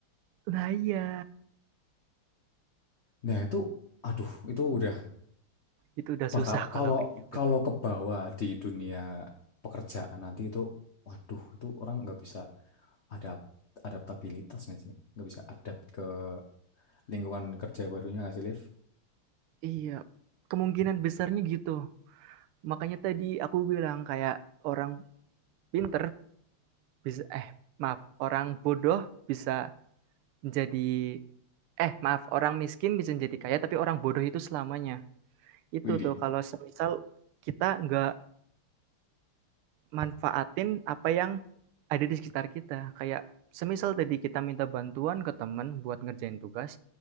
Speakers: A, on the right; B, on the left.
A: Nah iya,
B: Nah, itu aduh, itu udah
A: itu udah susah
B: bakal
A: kalau
B: kalau
A: kayak gitu.
B: kalau ke bawah di dunia pekerjaan nanti itu waduh, itu orang nggak bisa adapt adaptabilitas nggak sih? Nggak bisa adapt ke lingkungan kerja barunya nggak sih, Liv?
A: Iya, kemungkinan besarnya gitu. Makanya tadi aku bilang kayak orang pinter bisa eh maaf, orang bodoh bisa menjadi eh maaf, orang miskin bisa menjadi kaya tapi orang bodoh itu selamanya. Itu
B: Widi.
A: tuh kalau semisal kita nggak manfaatin apa yang ada di sekitar kita. Kayak semisal tadi kita minta bantuan ke teman buat ngerjain tugas,